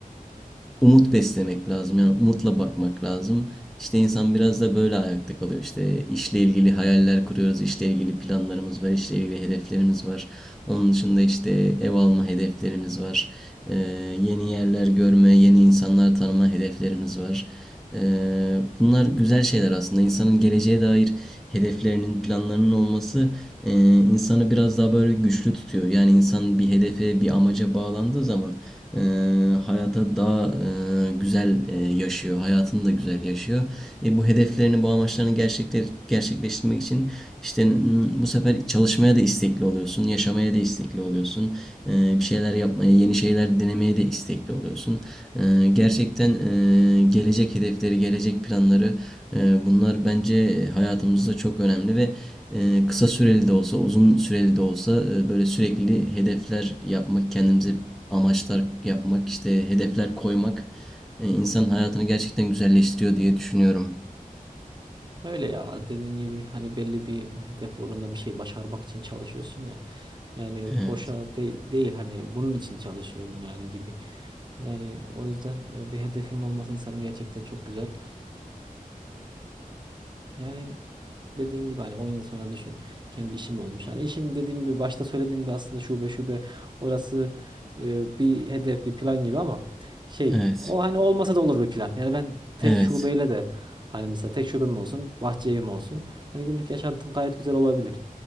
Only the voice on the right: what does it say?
Öyle ya dediğin gibi hani belli bir hedef uğrunda bir şey başarmak için çalışıyorsun ya. Yani
boşa de- değil hani bunun için çalışıyorum yani gibi. Yani o yüzden e, bir hedefinin olması insanı gerçekten çok güzel. Yani dediğin gibi hani 10 yıl sonra düşün kendi işim olmuş. Hani işin dediğim gibi başta söylediğim gibi aslında şube şube orası e, bir hedef bir plan gibi ama şey
o hani olmasa da olur bir plan. Yani ben tek
şubeyle de hani mesela tek şubem olsun bahçe evim olsun. Hani günlük yaşantım gayet güzel olabilir.